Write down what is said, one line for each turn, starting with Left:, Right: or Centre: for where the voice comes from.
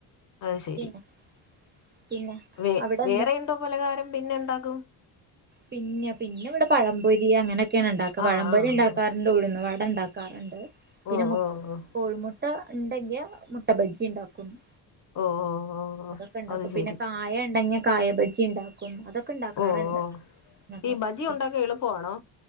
Left: അത്ശരി
Right: പിന്നെ പിന്നെ
Left: വേ
Right: അവിടെ
Left: വേറെ
Right: എന്താ
Left: എന്തോ പലഹാരം പിന്നെ ഉണ്ടാകും
Right: പിന്നെ പിന്നെ ഇവിടെ പഴംപൊരി അങ്ങനെയൊക്കെയാണ് ഉണ്ടാക്കുക
Left: ആഹ്
Right: പഴംപൊലി
Left: ആഹ്
Right: ഉണ്ടാക്കാറുണ്ട് ഉഴന്ന് വ <unintelligible> ഉണ്ടാക്കാറുണ്ട് പിന്നെ
Left: ഓ ഓ ഓ
Right: കോഴിമുട്ട ഉണ്ടെങ്കിയ മുട്ട ബജി ഉണ്ടാക്കുന്നു
Left: ഓ ഓ ഓ ഓ
Right: അതൊക്കെ ഉണ്ടാക്കും
Left: അത് ശരി
Right: പിന്നെ കായ ഉണ്ടെങ്ങിയ കായബജി ഉണ്ടാക്കും <unintelligible> അതൊക്കെ ഇണ്ടാക്കാറുണ്ട്
Left: ഓ ഓ
Right: <unintelligible>
Left: ഈ ബജി ഉണ്ടാക്കാൻ എളുപ്പമാണോ